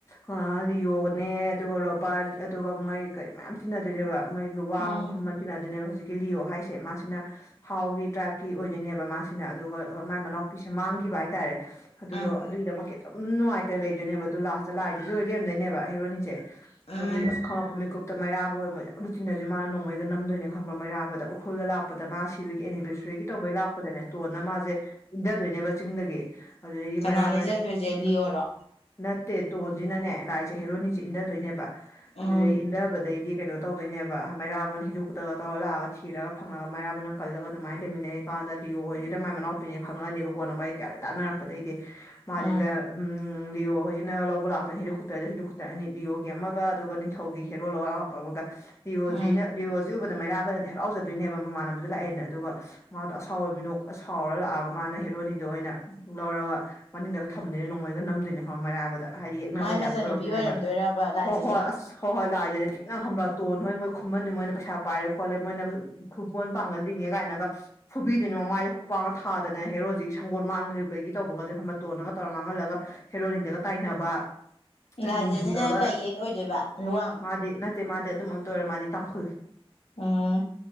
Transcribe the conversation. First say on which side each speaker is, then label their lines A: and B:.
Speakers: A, on the left; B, on the left.
A: ꯑ ꯂꯤꯌꯣꯒꯅꯦ ꯑꯗꯨꯒ ꯔꯣꯕꯥꯔꯠ ꯑꯗꯨꯒ ꯃꯣꯏ ꯀꯩ ꯃꯌꯥꯝ ꯇꯤꯟꯅꯗꯣꯏꯅꯦꯕ ꯃꯣꯏ ꯂꯨꯋꯥꯡ
B: ꯎꯝ
A: ꯈꯨꯝꯟ ꯇꯤꯅ ꯑꯗꯨꯅꯦꯕ ꯍꯧꯖꯤꯛꯀꯤ ꯂꯤꯌꯣ ꯍꯥꯏꯁꯦ ꯃꯥꯁꯤꯅ ꯍꯥꯎꯒꯤ ꯇ꯭ꯔꯥꯏꯞꯀꯤ ꯑꯣꯏꯗꯣꯏꯅꯦꯕ ꯃꯥꯁꯤ ꯁꯤꯅ ꯑꯗꯨꯒ ꯃꯥꯏ ꯃꯅꯥꯎꯄꯤꯁꯦ ꯃꯥꯡꯈꯤꯕ ꯍꯥꯏꯇꯥꯔꯦ ꯑꯗꯨꯗꯣ
B: ꯎꯝ
A: ꯑꯗꯨꯒꯤꯗꯃꯛ ꯈꯤꯇ ꯅꯨꯡꯉꯥꯏꯇꯦ ꯂꯩꯗꯣꯏꯅꯦꯕ ꯑꯗꯨꯣ ꯂꯥꯁꯇ ꯂꯥꯛꯏꯁꯤꯁꯨꯣꯏꯔꯦꯝꯗꯣꯏꯅꯦꯕ ꯍꯦꯔꯣꯅꯤꯁꯦ
B: ꯎꯝ
A: ꯑꯗꯨ ꯑꯁ ꯈꯪꯉꯛꯄ ꯃꯤꯀꯨꯞ ꯇ ꯃꯩꯥ ꯑꯣꯏꯕ ꯃ ꯌꯥꯝ ꯂꯨꯤꯟꯅꯁꯦ ꯃꯥꯅ ꯅꯣꯡꯃꯩ ꯅꯝꯗꯣꯏ ꯈꯪꯕ꯭ꯔ ꯃꯔꯥꯕꯗ ꯎꯈ꯭ꯔꯨꯜꯗ ꯂꯥꯛꯄ ꯂꯄꯗ ꯃꯥ ꯁꯤꯕꯒꯤ ꯑꯦꯅꯤꯚꯔꯁꯔꯤꯒꯤ ꯇꯧꯕꯩ ꯂꯥꯛꯄꯗꯅꯦ ꯇꯣꯟꯅ ꯃꯥꯁꯦ ꯏꯟꯊꯗꯣꯏꯅꯦꯕ ꯆꯤꯡꯗꯒꯤ ꯑꯗꯨꯖꯤ ꯏ
B: ꯀꯅꯥꯅꯣ
A: ꯃꯅꯥ ꯄ
B: ꯏꯖꯗꯣꯏꯁꯦ ꯂꯤꯌꯣꯔꯣ
A: ꯅꯠꯇꯠ ꯇꯣꯟꯖꯤꯅꯅꯦ ꯂꯥꯏꯖꯦ ꯍꯦꯔꯣꯅꯤꯖꯦ ꯏꯟꯗꯗꯣꯏꯅꯦꯕ
B: ꯎꯝ
A: ꯑꯗꯨꯗꯩ ꯏꯟꯗꯕꯗꯩꯗꯤ ꯀꯩꯅꯣ ꯇꯧꯗꯣꯏꯅꯦꯕ ꯃꯩꯔꯥꯕꯟ ꯍꯤꯂꯤꯀꯨꯇꯔꯒ ꯇꯧꯔ ꯂꯥꯛꯑꯒ ꯊꯤꯔꯒ ꯐꯪꯉꯒ ꯃꯩꯔꯥꯕꯅ ꯀꯜꯂꯒ ꯑꯗꯨꯃꯥꯏꯅ ꯂꯩꯃꯤꯟꯅꯩ ꯀꯥꯟꯗ ꯂꯤꯂꫭꯍꫭꯏꯖꯤꯗ ꯃꯥꯏ ꯃꯅꯥꯎꯄꯤꯅꯦ ꯈꯪꯉꯛ ꯑꯅꯦꯕꯀꯣ ꯅꫭꯡꯝꯩ ꯀꯌꯥ ꯇꯥꯟꯅꯔꯛꯄꯗꯩꯗꯤ ꯃꯥꯖꯤꯗ
B: ꯎꯝ
A: ꯎꯝ ꯂꯤꯌꫭ ꯈꫭꯏꯒꯤꯅꯒ ꯂꯧ ꯂꯩꯕ ꯂꯥꯛꯇꯣꯏꯅꯦ ꯍꯦꯂꯤꯀꯨꯇꯔꯗ ꯍꯦꯂꯤꯀꯨꯇꯔ ꯑꯅꯤ ꯂꯤꯌꫭꯒꯤ ꯑꯃꯒ ꯑꯗꯨꯒ ꯅꯤꯡꯊꯧꯒꯤ ꯍꯦꯔꫭ ꯂꯧ ꯂꯥꯛꯄ ꯑꯃꯒ ꯗꯤꯑꯣꯖꯤꯅ
B: ꯎꯝ
A: ꯗꯤꯑꫭ ꯑꯗꯨ ꯎꯕꯗ ꯃꯩꯔꯥꯕꯅꯗꯤ ꯍꯔꯥꯎꯖꯗꯣꯏꯅꯦꯕ ꯃꯃꯥꯟꯅꯕꯗꯨ ꯂꯥꯛꯑꯦꯅ ꯑꯗꯨꯒ ꯃꯥꯗꯣ ꯑꯁꯥꯎꯕ ꯃꯤꯅꯣꯛ ꯁꯥꯎꯔꯒ ꯂꯥꯛꯑꯒ ꯃꯥ ꯃꯥꯅ ꯍꯦꯔꯣꯅꯤꯗ ꯑꯣꯏꯅ ꯂꯧꯔꯒ ꯃꯅꯤꯡꯗꯒ ꯊꯝꯗꯣꯏꯅꯦ ꯅꯣꯡꯃꯩꯒ ꯅꯝꯗꯣꯏꯅꯦ ꯍ ꯃꯩꯔꯥꯕꯗ ꯍꯥꯏꯗꯤ ꯌꯦꯛꯅꯕꯩ
B: ꯃꯥꯏ
A: ꯇꯥꯏꯞꯇ
B: ꯃꯆꯟꯅꯨꯄꯤ
A: ꯑꯣꯏꯔꯛꯇꯣꯏꯅꯦꯕ
B: ꯑꯣꯏꯔꯝꯗꯣꯏꯔꯕ ꯂꯥꯏꯖꯁꯦ
A: ꯍꯣꯏ ꯍꯣꯏ ꯑꯁ ꯍꯣꯏ ꯍꯣꯏ ꯂꯥꯏꯖꯗ ꯊꯤꯅ ꯍꯝꯕꯔꯥ ꯇꯣꯟ ꯍꯣꯏ ꯃꯣꯏ ꯈꯨꯨꯝꯃꯟꯅꯤ ꯃꯣꯏꯅ ꯄꯩꯁꯥ ꯄꯥꯏꯔꯦ ꯈꯣꯠꯂꯦ ꯃꯣꯏꯅ ꯈꯨꯕꯣꯟ ꯄꯥꯡꯒꯜꯂꯤꯡꯉꯦ ꯀꯥꯏꯅꯒ ꯐꯨꯕꯤꯗꫭꯏꯅꯦ ꯃꯃꯥꯏꯗ ꯈꯨꯄꯥꯛ ꯈꯨꯄꯥꯛꯅꯊꯥꯗꯅ ꯍꯦꯔꯣꯖꯤ ꯁꯪꯒꯣꯜ ꯃꯥꯡꯒꯔꯤꯕꯒꯤ ꯇꯧꯕꯒꯖꯦ ꯈꯪꯕꯔ ꯇꯣꯟꯅꯒ ꯇꯧꯔ ꯃꯥꯡꯍꯜꯂꯒ ꯍꯦꯔꫭꯏꯅꯤꯗꯒ ꯇꯥꯏꯅꯕ ꯆꯥꯛ
B: ꯂꯥꯏꯖꯁꯤꯅ
A: ꯅꯣꯡꯖꯨꯗꯒ
B: ꯀꯩ ꯌꯦꯛ ꯑꯣꯏꯗꯣꯏꯕ ꯂꯨꯋꯥꯡ
A: ꯃꯥꯗꯤ ꯅꯠ ꯇꯦ ꯃꯥꯗꯤ ꯑꯗꯨꯝꯕ ꯑꯝꯇ ꯑꯣꯏꯔꫭꯏ ꯃꯥꯗꯤ ꯇꯥꯡꯈꯨꯜ
B: ꯎꯝ